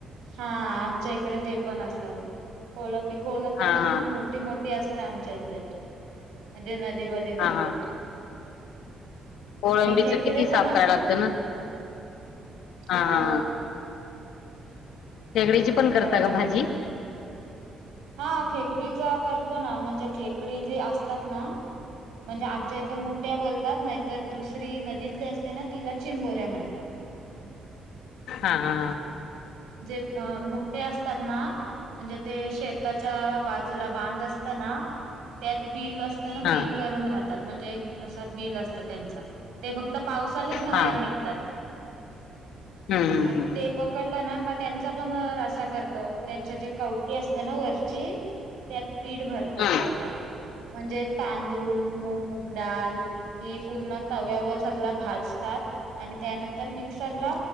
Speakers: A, on the right; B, on the left.
A: हा आमच्या इकडे ते पण असत कोलंबीत. कोलंबी
B: हा हा
A: तर खूप मोठी मोठी असते आमच्या इथे म्हणजे न दी मधे
B: हा
A: भेटतील.
B: हा कोळंबीच
A: आणि खेकडे
B: किती साफ
A: पण असतात.
B: करायला लागतं ना हा
A: हो.
B: हा खेकडीची पण करता
A: कराय लागतात
B: का भाजी.
A: हा खेकडीचा करतो ना म्हणजे खेकडी जे असतात ना म्हणजे आमच्या इथं मोठ्या बोलतात नाहीतर दुसरी नदीतली असते ना तिला चिंबोऱ्या म्हणतात.
B: हा हा
A: जे मो मोठे असतात ना म्हणजे ते शेताच्या बाजूला बांध असतांना त्यात बिळ असताना
B: हा
A: बिळ करून राहतात म्हणजे असा बिळ असत त्यांचा ते फक्त पावसालीच बाहेर
B: हा
A: निघतात.
B: हम्म हम्म
A: मग
B: हम्म
A: ते पकडलं ना का त्यांचा पण रसा करतो त्यांच्या जे कवटी असतं ना वरची त्यात पीठ भरतात
B: हम्म
A: सगला म्हणजे तांदूळ मूग डाल हि पूर्ण तव्यावर सगळ भाजतात आणि त्यानंतर मिक्सरला